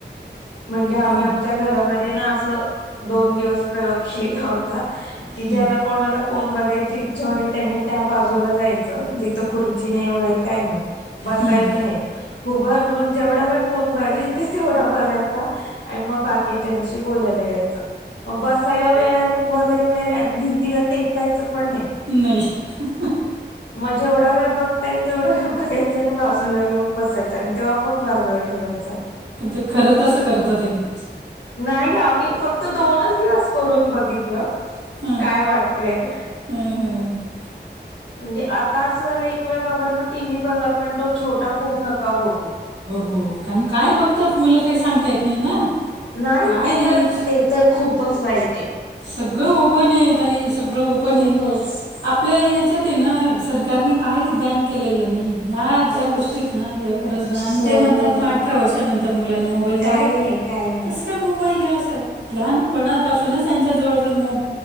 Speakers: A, on the left; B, on the right.
A: म्हणजे आम्ही
B: ताम
A: आमच्या घरामध्ये ना असं दोन दिवस प्रयोग केला हो ता. कि ज्याला
B: हं,
A: कोणाला फोन बघायची ई च्छा होईल त्यांनी त्या बाजूला जायचं जिथं खुर्ची नाही वगैरे काही नाही. बसायचं
B: हं.
A: नाही उभ राहुन जेवढा होय फोन बघायचा तेवढा बघाय अता आणि मग बाकीच्यांशी बोलायला यायचं. मग बसायला वेळ वगैरे मिळाले आणि भिंतीला टेकायचं पण नाही
B: नाही ह
A: <unintelligible> मग जेवढा वेळ बघता येईल तेवढा वेळ बघायचा आणि बाजूला येऊन बसायचं आणि तेव्हा फोन बाजूला ठेवा <unintelligible> चा
B: पण ते खरत तात हे का?
A: नाही गं आम्ही फक्त दोनच दिवस करून बघ बघितलं.
B: हां
A: काय वाटतय?
B: हम्म हम्म
A: म्हणजे आता असं झालं एक वेळ बाबांनो टीव्ही बघा पण तो छोटा फोन न का बघु.
B: हो कारण काय बघतात मुलं काही सांगता येत नाही ना.
A: नाही
B: काय
A: ते
B: आहे
A: तर ते तर खूपच वाईटये.
B: सगळं ओपन आहे ताई सगळं ओपन
A: खूपच
B: आहे. आपल्या याच्यात न सरकारने काहीच बॅन केलेलं नाही आणि ह्या ज्या गोष्टी आहेत ना ह्या खरच बाई
A: सगळं
B: आणि ते म्हणतात मग अठरा वर्षानंतर मुलांना मोबाईल द्या
A: काही
B: रे
A: नाही काही नाही
B: कस काय मोबाईल द्या? <unintelligible> लहानपणापासूनच त्यांच्या जवळ जर मो